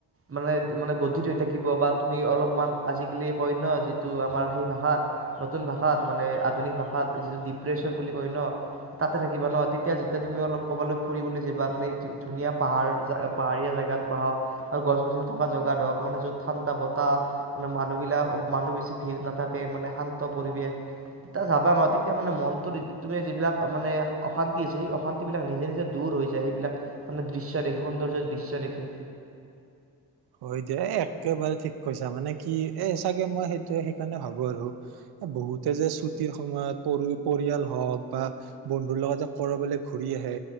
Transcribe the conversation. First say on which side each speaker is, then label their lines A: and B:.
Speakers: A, on the right; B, on the right.
A: মানে-মানে গধিত হৈ থাকিব বা তুমি অলপমান আজিকালি কয় ন', যিটো আমাৰ সেই ভাষাত নতুন ভাষাত মানে আধুনিক ভাষাত যিটো ডিপ্ৰেশ্যন বুলি কয় ন', তাতে থাকিবা ন', তেতিয়া যেতিয়া তুমি অলপ ক'ৰবালৈ ফুৰিবলৈ যাবা, মানে ধুনীয়া পাহাৰ, জ', পাহাৰীয়া জাগাত বা হক গছ-গছনি থকা জেগাত হওঁক মানে য'ত ঠাণ্ডা বতাহ মানে মানুহবিলাক মানুহ বেছি ভিৰ নাথাকে। মানে শান্ত পৰিৱেশ তেতিয়া যাবা নহ', তেতিয়া মানে মনটো তুমি যিবিলাক মানে অশান্তি আছে সেই অশান্তি বিলাক নিজে-নিজে দূৰ হৈ যায়। সেইবিলাক মানে দৃশ্য দেখি সৌন্দৰ্য দৃশ্য দেখি।
B: হয় দিয়া এ', একেবাৰে ঠিক কৈছা মানে কি এ', চাগে মই সেইটোয়ে সেইকাৰণে ভাবো আৰু এ', বহুতে যে ছুটিৰ সময়ত পৰি পৰিয়াল হওঁক বা বন্ধুৰ লগত যে কৰবালে ঘুৰি আহে,